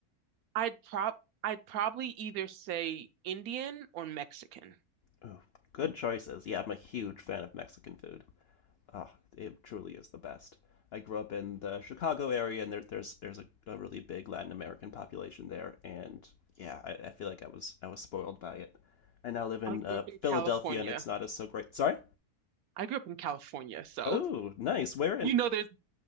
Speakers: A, on the right; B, on the left.
A: I'd prob I'd probably either say Indian or Mexican.
B: Oh, good choices. Yeah, I'm a huge fan of Mexican food. oh, it truly is the best. I grew up in the Chicago area, and there, there's there's a, a really big Latin American population there, and yeah, I, I feel like I was I was spoiled by it. I now live in
A: I grew
B: uh,
A: up in California.
B: Philadelphia, and it's not as so great. Sorry.
A: I grew up in California, so
B: Oh,
A: <laughs>
B: nice. Where in?
A: you know there's